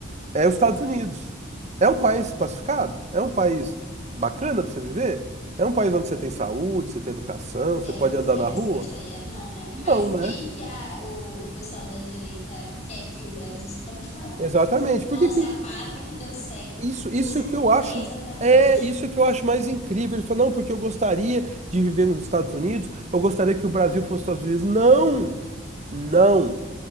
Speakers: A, on the right (about 35°); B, on the left (about 35°).
A: é os Estados Unidos. É um país pacificado, é um país bacana para você viver, é um país onde você tem saúde, você tem educação, você
B: É,
A: pode
B: meu filho,
A: andar na
B: a resposta
A: rua.
B: aí é não, né? Mas
A: Não,
B: e
A: né?
B: quem que a, o, o pessoal da direita quer que o Brasil se torne os Estados Unidos?
A: Exatamente.
B: Porque, nossa,
A: Por que que
B: é a pátria que deu certo.
A: isso, isso
B: Deu certo
A: que eu
B: em
A: acho
B: quê, exatamente?
A: é isso que eu acho mais incrível. Ele falou, não, porque eu gostaria de viver nos Estados Unidos, eu gostaria que o Brasil fosse os Estados Unidos. Não, não.